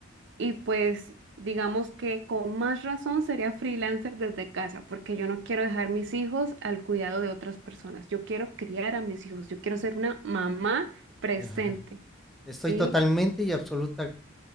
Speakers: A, on the right; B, in the centre.
A: Y pues digamos que con más razón sería freelancer desde casa, porque yo no quiero dejar mis hijos al cuidado de otras personas. Yo quiero criar a mis hijos, yo quiero ser una mamá presente,
B: <laughs> Estoy
A: ¿sí?
B: totalmente y absolutamente